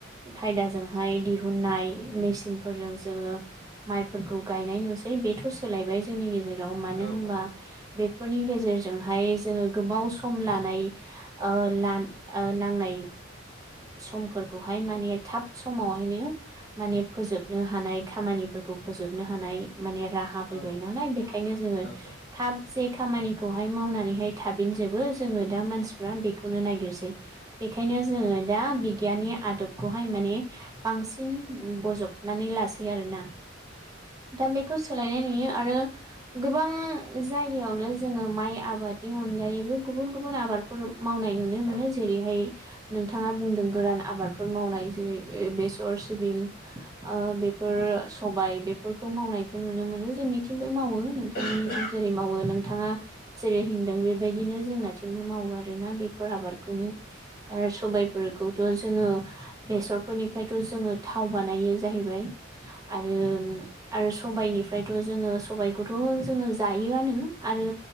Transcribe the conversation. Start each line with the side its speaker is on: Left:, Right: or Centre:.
Right: खायदाजों बहाय दिहुननाय मेसिन फोरजों जोङो माइफोरखौ गायनाय नुसै बेथ' सोलायबाय जोंनि गेजेराव मानो
Left: औ
Right: होनबा बेफोरनि गेजेरजोंहाय जोङो गोबाव सम लानाय ला नांनाय समफोरखौहाय माने थाब समावहायनो माने फोजोबनो हानाय खामानिफोरखौ फोजोबनो हानाय माने राहा फैबाय
Left: औ
Right: नालाय बेखायनो जोङो
Left: औ
Right: थाम जे खामानिखौहाय मावनानैहाय थाफिनजोबो जोङो दा मानसिफ्रा बेखौनो नागिरसै बेखायनो जोङो दा बिगियाननि आदबखौहाय माने बांसिन बजबनानै लासै आरोना दा बेखौ सोलायनाय नुयो आरो गोबां जायगायावनो जोङो माइ आबादनि अनगायैबो गुबुन गुबुन आबादफोर मावनाय नुनो मोनो जेरैहाय नोंथाङा बुंदों गोरान आबादफोर मावनाय जेरै बेसर सिबिं बेफोर सबाय बेफोरखौ मावनायखौ नुनो मोनो जोंनि मावो नोंथांनि
Left: औ
Right: जों जेरै मावो नोंथाङा जेरै होनदों बेबायदिनो जोंनाथिंबो मावो आरोना बेफोर आबादखौनो सबाय बेफोरखौथ' जोङो बेसरफोरनिफ्रायथ' जोङो थाव बानायो जाहैबाय आरो आरो सबायनिफ्रायथ' जोङो सबायखौथ' जोङो जायोआनो आरो